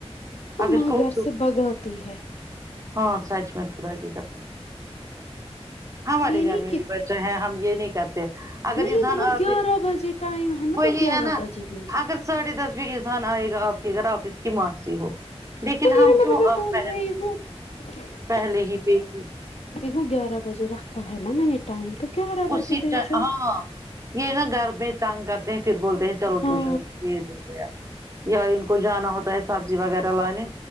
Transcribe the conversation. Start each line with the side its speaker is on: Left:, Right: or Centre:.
Left: وہ
Right: اب
Left: ماں
Right: اس کو
Left: گھر سے بگا آتی ہے
Right: ہاں سچ میں قدا کی قسم ہمارے
Left: یہ نہیں
Right: گھر میں
Left: کہ
Right: بھی ب ہم یہ نہیں کرتے <unintelligible>
Left: نہیں مطلب گیارہ بجے ٹائم ہے نا
Right: وہ
Left: تو
Right: ہی
Left: گیارہ
Right: ہے نا
Left: بجے بھیجو
Right: رضوان آئیگا اپ کے گھر اپ اس ماسی ہو
Left: <unintelligible>
Right: لیکن ہم کیوں اب پہلے ہی پے گ
Left: ہ گیارہ بجے رکھا ہے میں نے ٹائم تو گیارہ بجے
Right: اسی
Left: بیچو
Right: ہاں یہ نا گھر میں تنگ کرتے ہیں پھر بولتے ہیں چلو
Left: ہاں
Right: ٹیوشن کو بھیج دیتے ہیں اب یا ان کو جانا ہوتا ہے سبزی وغیرہ لانے